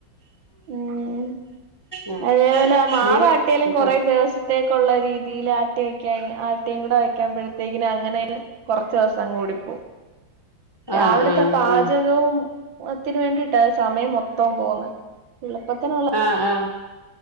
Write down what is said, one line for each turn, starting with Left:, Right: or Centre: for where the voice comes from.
Right: ഉം
Left: ഉം
Right: അതേപോലെ മാവ്ട്ടിയലും
Left: മീനൊക്കെ കിട്ടോ
Right: കുറെ ദിവസം ത്തേക്കുള്ള രീതിയിൽ ആട്ടി വെക്കാ ആട്ടിയും കൂടെ വയ്ക്മ്പോഴത്തേക്കിനും അങ്ങനെ കുറച്ച ദിവസം കൂടിപ്പോ രാവിലത്തെ
Left: ആഹ് ആഹ്
Right: പാചകവും
Left: ആഹ്
Right: ത്തിന് വേണ്ടിട്ടാ സമയം മൊത്തം പോന്നെ എളുപ്പത്തിനുള്ള
Left: ആഹ് ആഹ്